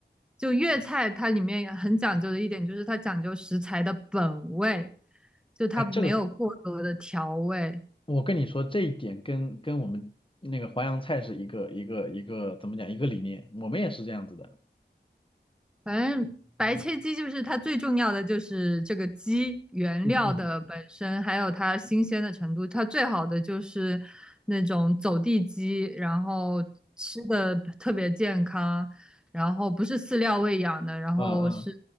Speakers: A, in the centre; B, on the left (about 30°).
A: 就粤菜它里面很讲究的一点就是它讲究食材的本味，就它没有过多的调味。
B: 哎，这个我跟你说这一点跟跟我们那个淮扬菜是一个一个一个怎么讲一个理念，我们也是这样子的。
A: 反正白切鸡就是它最重要的就是这个鸡原料的本身，
B: 嗯嗯
A: 还有它新鲜的程度。它最好的就是那种走地鸡，然后吃的特别健康，然后不是饲料喂养的，然后是
B: 嗯嗯。